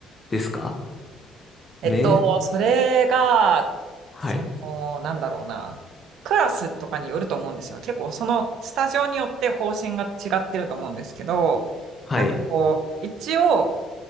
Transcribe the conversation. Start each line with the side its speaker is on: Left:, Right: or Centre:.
Left: ですか
Right: えっと、
Left: め、
Right: それが、
Left: はい。
Right: その、なんだろうな、クラスとかによると思うんですよ。結構、そのスタジオによって方針が違ってると思うんですけど、
Left: はい。
Right: なんかこう、一応、